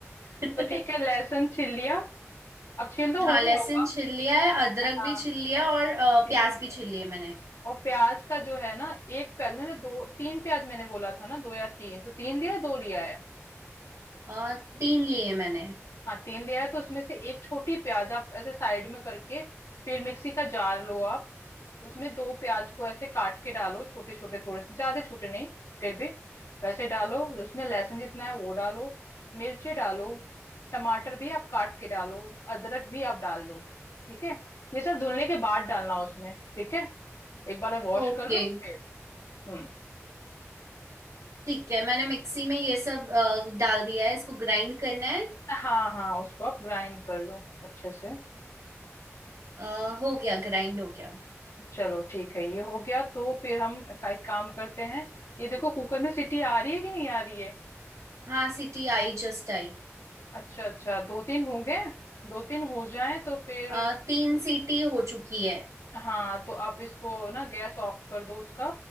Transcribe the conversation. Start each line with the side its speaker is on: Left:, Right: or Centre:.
Left: तो
Right: <laughs>
Left: ठीक है लहसुन छील लिया अब छील दो
Right: हाँ
Left: हो
Right: लहसुन
Left: गया होगा
Right: छिल लिया है अदरक
Left: हाँ
Right: भी छिल लिया और अ,
Left: ठीक
Right: प्याज
Left: है
Right: भी छिल लिए मैंने
Left: और प्याज का जो है ना एक प्याज मैंने दो तीन प्याज मैंने बोला था ना दो या तीन तो तीन लिया है दो लिया है
Right: अ, तीन लिए मैंने
Left: हाँ तीन लिया है तो उसमें से एक छोटी प्याज आप ऐसे साइड में करके फिर मिक्सी का जार लो आप उसमें दो प्याज को ऐसे काट के डालो छोटे छोटे थोड़े से ज्यादा छोटे नहीं फिर भी वैसे डालो उसमें लहसुन जितना है वो डालो मिर्ची डालो टमाटर भी आप काट के डालो अदरक भी आप डाल दो ठीक है ये सब धुलने के बाद डालना उसमें ठीक है एक बार वॉश
Right: ओके
Left: कर लो फिर हम्म
Right: ठीक है मैंने मिक्सी में ये सब अ, डाल दिया है इसको ग्राइंड करना है
Left: हाँ हाँ उसको आप ग्राइंड कर लो अच्छे से
Right: अ, हो गया ग्राइंड हो गया
Left: चलो ठीक है ये हो गया तो फिर हम का, एक काम करते हैं ये देखो कुकर में सीटी आ रही है कि नहीं आ रही है
Right: हाँ सीटी आई जस्ट आई
Left: अच्छा अच्छा दो तीन हो गए दो तीन हो जाए तो फिर
Right: अ, तीन
Left: उस
Right: सीटी हो चुकी है
Left: हाँ तो आप इसको ना गैस ऑफ कर दो उसका